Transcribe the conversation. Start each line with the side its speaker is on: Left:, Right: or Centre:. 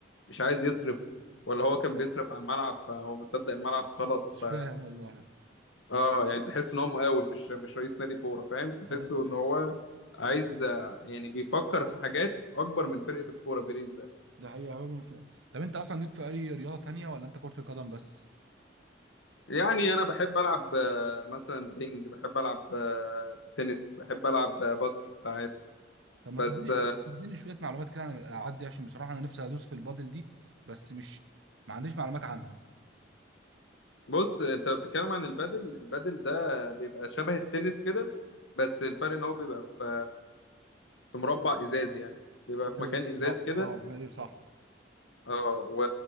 Left: مش عايز يصرف ولا هو كان بيصرف على الملعب فهو مصدق الملعب خلص
Right: مش
Left: ف
Right: فاهم والله
Left: اه يعني تحس ان هو مقاول مش مش رئيس نادي كوره فاهم تحسه
Right: <laughs> ايوه
Left: ان
Right: ايوه
Left: هو عايز آه، يعني بيفكر في حاجات اكبر من فرقه الكوره بيريز ده
Right: ده حقيقه هو من فاهم. طب انت اصلا ليك في اي رياضه تانية ولا انت كره القدم بس
Left: يعني انا بحب العب آه، مثلا بينج بحب العب آه، تنس بحب العب آه، باسكت ساعات
Right: طب ما
Left: بس
Right: تديني تديني شويه معلومات كده عن الالعاب دي عشان بصراحه انا نفسي ادوس في البادل دي بس مش ما عنديش معلومات عنها
Left: بص انت لو بتتكلم عن البادل البادل ده بيبقى شبه التنس كده بس الفرق ان هو بيبقى في في مربع ازاز يعني بيبقى في
Right: ايوه
Left: مكان
Right: بالظبط
Left: ازاز كده
Right: اه ايوه صح
Left: اه و...